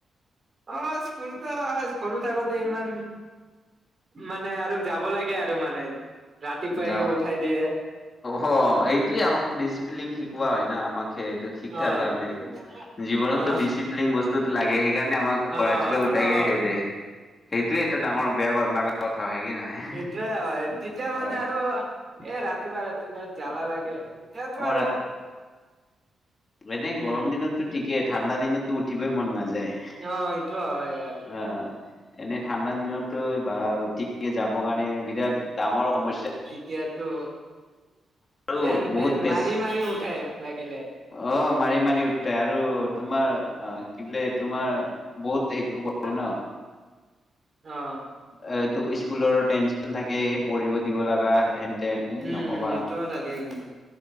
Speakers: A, on the right; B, on the left.
A: অ', স্কুলতো সৰু থাকোতে ইমান মানে আৰু যাব লাগে আৰু মানে ৰাতিপুৱাই
B: যাৱা
A: উঠাই দিয়ে।
B: অ', এইটোয়ে আমাৰ ডিচিপ্লিন শিকোৱা হয় ন আমাকে এইটো শিক্ষাৰ
A: অ অ
B: কাৰণে জীৱনতো ডিচিপ্লিন বস্তুতটো লাগে। সেইকাৰণে আমাক খৰা
A: অ
B: চপে উঠাই
A: অ
B: গে সেহেঁতে। সেইটো এটা ডাঙৰ বেয়া লগা কথা হয় কি নহয়।
A: সেইটোয়ে হয় তেতিয়া মানে
B: অ
A: আৰু এ ৰাতিপুৱা ৰাতিপুৱা জ্বালা লাগে এতিয়াতো
B: অ
A: আৰু
B: এনে গৰম
A: উম
B: দিনতো ঠিকেই ঠাণ্ডা দিনতো উঠিবই মন নাযায়।
A: অ', এইটো হয় আৰু।
B: অ এনে ঠাণ্ডা দিনতো বা উঠি যাবৰ কাৰণে বিৰাট ডাঙৰ সমস্যা
A: এতিয়াতো
B: আৰু
A: যেন
B: বহুত
A: তেন
B: পেচ
A: মাৰি মাৰি উঠাই লাগিলে।
B: অ', মাৰি মাৰি উঠে আৰু তোমাৰ অ' কি বোলে তোমাৰ বহুত সেইটো কৰে ন।
A: অ'।
B: এ তোক স্কুলৰ টেনশ্যন থাকে পঢ়িব দিব লগা হেন তেন
A: উম,
B: এই নকবা
A: উম, এইটোও থাকে কিন্তু।